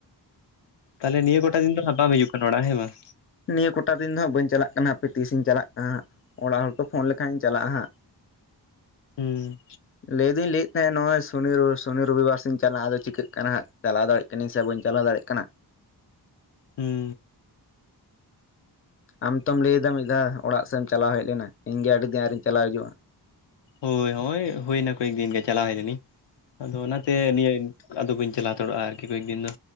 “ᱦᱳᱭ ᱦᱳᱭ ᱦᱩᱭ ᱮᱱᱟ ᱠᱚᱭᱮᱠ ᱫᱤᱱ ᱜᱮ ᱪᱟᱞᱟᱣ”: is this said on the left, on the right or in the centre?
Left